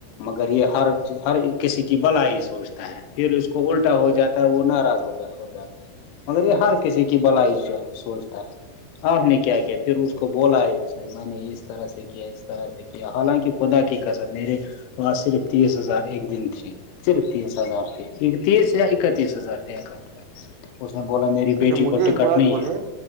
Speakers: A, on the left; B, on the right.
A: مگر یہ ہر ہر کسی کی بلا ہی سوچتا ہے پھر اس کو الٹا ہو جاتا ہے وہ ناراض ہو ہو جاتا ہے مگر یہ ہر کسی کی بلائی سوچتا ہے آپ نے کیا کیا پھر اس کو بولا ہے اس میں نے اس طرح سے کیا اس طرح سے کیا حالانکہ خدا کی کسر میرے وہاں صرف تیس ہزار ایک دن تے صرف تیس ہزار ت اکتیس اکتیس ہزار ت اکاٹ اس نے بولا میری
B: اچھا
A: بیٹی
B: مجھے
A: کو ٹکٹ
B: ایک بات
A: نہیں
B: بولے
A: ہے